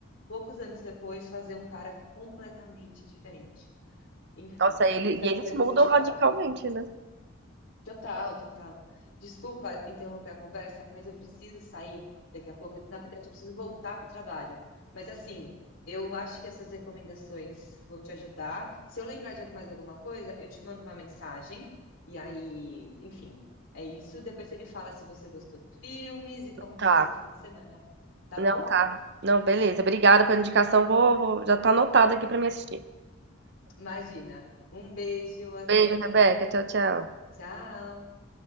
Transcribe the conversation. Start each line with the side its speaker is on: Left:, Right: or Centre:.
Left: poucos anos depois fazer um cara completamente diferente. Enfim.
Right: Nossa, ele,
Left: Mas, amiga,
Right: e eles
Left: deixa
Right: mudam
Left: eu te falar.
Right: radicalmente, né?
Left: Total, total. Desculpa interromper a conversa, mas eu preciso sair daqui a pouco. Na verdade, eu preciso voltar para o trabalho. Mas assim, eu acho que essas recomendações vão te ajudar. Se eu lembrar de mais alguma coisa, eu te mando uma mensagem. E aí, enfim, é isso. Depois você me fala se você gostou dos filmes e como
Right: Tá,
Left: foi seu fim de semana, tá
Right: não
Left: bom?
Right: tá. Não, beleza. Obrigada pela indicação. Vou, vou- já tá anotado aqui pra me assistir.
Left: Imagina. Um beijo, até.
Right: Beijo, Rebeca. Tchau, tchau.
Left: Tchau.